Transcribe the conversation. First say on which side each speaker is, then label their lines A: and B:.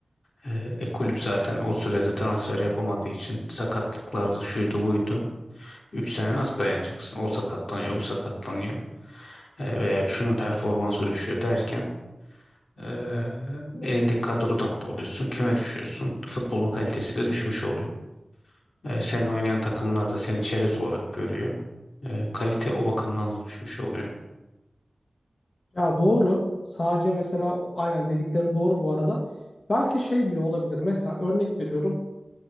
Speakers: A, on the left; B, on the left.
A: Ee, e, kulüp zaten o sürede transfer yapamadığı için sakatlıklardı şuydu buydu. 3 sene nasıl dayanacaksın? O sakatlanıyor, bu sakatlanıyor. E, veya şunun performansı düşüyor derken e, elindeki kadrodan da oluyorsun. Küme düşüyorsun. Futbolun kalitesi de düşmüş oluyor. Ee, senin oynayan takımlar da seni çerez olarak görüyor. Ee, kalite o bakımdan da düşmüş oluyor.
B: Ya doğru. Sadece mesela aynen dediklerin doğru bu arada. Belki şey bile olabilir. Mesela örnek veriyorum.